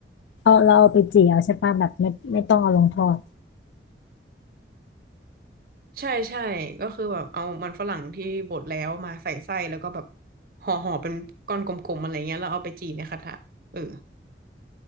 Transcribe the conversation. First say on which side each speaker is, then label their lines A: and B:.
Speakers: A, on the left; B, on the right.
A: เอาเราเอาไปเจียวใช่ปะแบบไม่ไม่ต้องเอาลงทอด
B: ใช่ใช่ก็คือแบบเอามันฝรั่งที่บดแล้วมาใส่ไส้แล้วก็แบบห่อห่อเป็นก้อนกลมๆอะไรเงี้ยแล้วเอาไปจี่ในกระทะเออ